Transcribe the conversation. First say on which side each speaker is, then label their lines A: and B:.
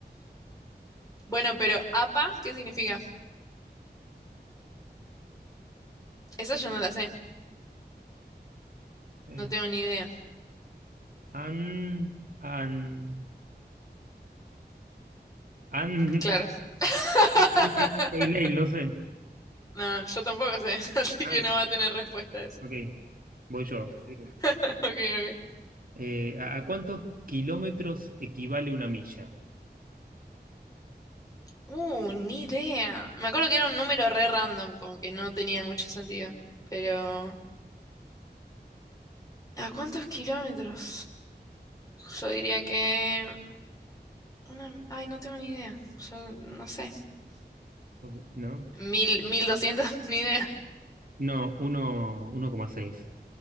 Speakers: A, on the left; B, on the right.
A: Bueno, pero APA, ¿qué significa? Esa yo no la sé.
B: Eh,
A: No tengo ni idea.
B: an, an, an,
A: Claro.
B: an-
A: <laughs>
B: Andes Pale Ale, no sé.
A: No, yo tampoco sé. <laughs> Así
B: Ah,
A: que no va a tener respuesta
B: ok. Voy yo. Digo una.
A: <laughs> Ok, ok.
B: Eh, ¿a a cuántos kilómetros equivale una milla?
A: Uh, ni idea. Me acuerdo que era un número re random, como que no tenía mucho sentido. Pero... ¿A cuántos kilómetros? Yo diría que... Una... Ay, no tengo ni idea. Yo no sé.
B: Ok, ¿No?
A: Mil, mil doscientos, <laughs> ni idea.
B: No, uno- uno coma seis